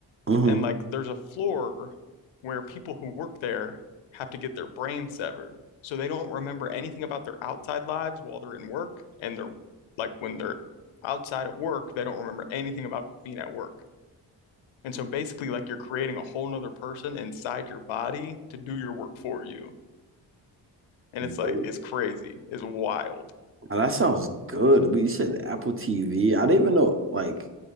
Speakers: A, on the right; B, on the left.
A: hmm
B: and like there's a floor where people who work there have to get their brain severed so they don't remember anything about their outside lives while they're in work and they're like when they're outside of work they don't remember anything about being at work and so basically like you're creating a whole nother person inside your body to do your work for you And it's like,
A: Whoa.
B: it's crazy. It's wild.
A: Now, that sounds good. But you said Apple TV. I didn't even know. Like,